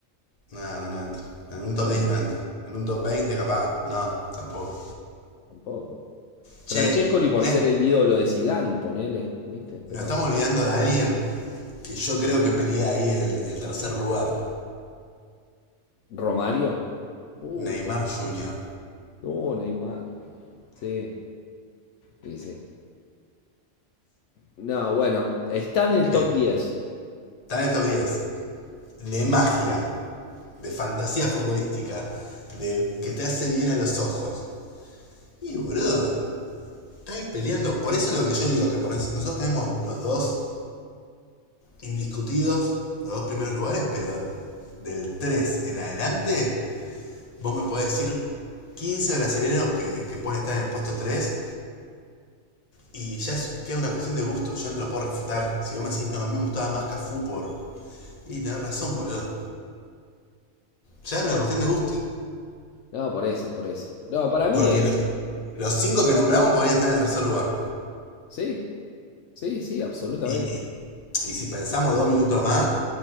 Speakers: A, on the left (about 30°); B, on the left (about 70°).
A: No, no, no entro. En un top
B: No entra,
A: 10 no entra. En un top 20, capaz. No, tampoco.
B: tampoco.
A: Che,
B: Francescoli por
A: ne-
B: ser el ídolo de Zidane, ponele, ¿viste? Pero
A: nos estamos olvidando de alguien que yo creo que pelea ahí el, el tercer lugar.
B: Romario, uy,
A: Neymar Jr.
B: no, Neymar. Sí, sí, sí. No, bueno, está en el
A: Pe-
B: top diez.
A: está en el top diez, De magia. de fantasía futbolística, de que te hace bien a los ojos. Y boludo, estáis peleando. Por eso es lo que yo digo, que nosotros tenemos los dos indiscutidos, los dos primeros lugares, pero del 3 en adelante, vos me podés decir 15 brasileños que, que pueden estar en el puesto 3 y ya es- queda una cuestión de gusto. Yo no te lo puedo refutar. Si vos me decís, no, a mí me gustaba más Cafú por. Y tenés razón, boludo. Ya es una
B: No.
A: cuestión de gusto.
B: No, por eso, por eso. No, para mí
A: Porque
B: es.
A: lo- los cinco que nombramos podrían estar en el tercer lugar.
B: Sí, sí, sí, absolutamente.
A: Y, y, y si pensamos dos minutos más,